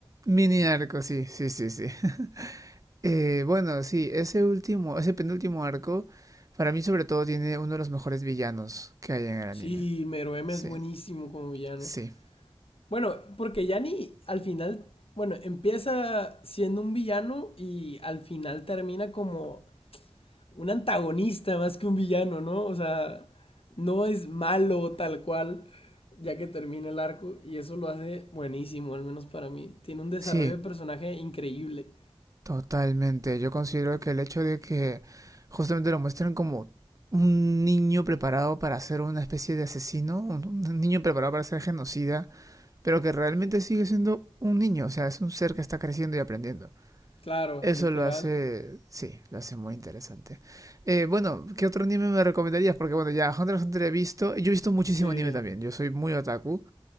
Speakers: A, on the right; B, on the left.
A: Mini arco, sí, sí, sí, sí. <laughs> Eh, bueno, sí, ese último, ese penúltimo arco, para mí sobre todo tiene uno de los mejores villanos que hay en el
B: Sí,
A: anime.
B: Meruem
A: Sí,
B: es buenísimo como villano.
A: sí,
B: Bueno, porque Yanni al final, bueno, empieza siendo un villano y al final termina como un antagonista más que un villano, ¿no? O sea, no es malo tal cual ya que termina el arco y eso lo hace buenísimo, al menos para mí. Tiene un desarrollo
A: sí,
B: de personaje increíble.
A: totalmente. Yo considero que el hecho de que justamente lo muestran como un niño preparado para ser una especie de asesino, un, un niño preparado para ser genocida, pero que realmente sigue siendo un niño, o sea, es un ser que está creciendo y aprendiendo.
B: Claro,
A: Eso
B: literal.
A: lo hace, sí, lo hace muy interesante. Eh, bueno, ¿qué otro anime me recomendarías? Porque bueno, ya Hunter x Hunter he visto, yo he visto muchísimo
B: Sí.
A: anime también, yo soy muy otaku.